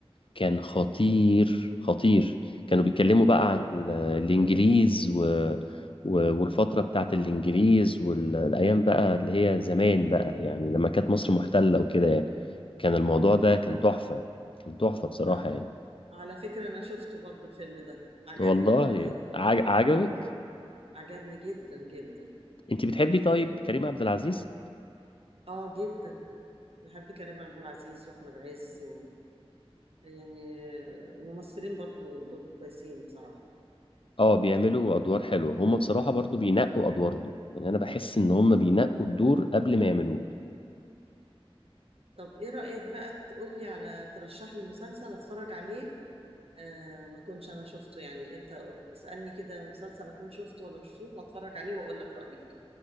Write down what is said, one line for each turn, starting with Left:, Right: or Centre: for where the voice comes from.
Left: كان خطير خطير كانوا بيتكلموا
Right: مم.
Left: بقى عن ال- الإنجليز و... و... والفترة بتاعت الإنجليز والأيام بقى اللي هي زمان بقى يعني لما كانت مصر محتلة وكده يعني كان الموضوع ده
Right: اه
Left: كان تحفة كان تحفة بصراحة
Right: آه،
Left: يعني
Right: على فكرة انا شفته برضو الفيلم ده عجبني
Left: والله
Right: برضو قوي
Left: عج... عجبك
Right: اه ع- عجبني جدا جدا
Left: انت بتحبي طيب كريم عبد العزيز
Right: اه جدا بحب كريم عبد العزيز واحمد عز و... يعني ممثلين برضو دول كويسين بصراحة
Left: اه بيعملوا ادوار حلوه هم بصراحه برضو بينقوا ادوارهم يعني انا بحس ان هم بينقوا الدور قبل ما يعملوه
Right: طب ايه رأيك بقى تقولي على ترشح لي مسلسل اتفرج عليه آه ما كنتش انا شفته يعني انت اسألني كده مسلسل اكون شفته ولا مش شفته واتفرج عليه واقول لك رأيي فيه